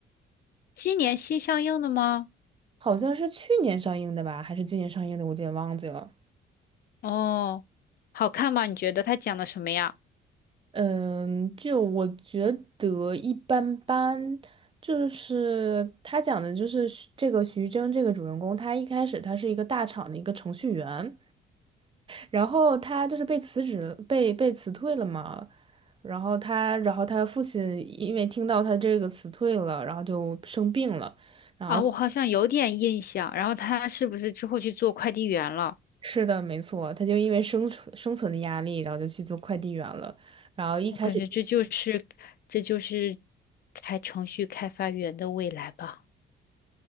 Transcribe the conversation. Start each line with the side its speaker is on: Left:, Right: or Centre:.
Left: 今年新上映的吗？
Right: 好像是去年上映的吧，还是今年上映的，我有点忘记了。
Left: 哦，好看吗？你觉得他讲的什么呀？
Right: 嗯，就我觉得一般般，就是他讲的，就是徐这个徐峥这个主人公，他一开始他是一个大厂的一个程序员，然后他就是被辞职了，被被辞退了嘛，然后他，然后他父亲因为听到他这个辞退了，然后就生病了，然后
Left: 啊，我好像有点印象。然后他是不是之后去做快递员了？
Right: 是的，没错，他就因为生存生存的压力，然后就去做快递员了，然后一开始。
Left: 我感觉这就是这就是开程序开发员的未来吧。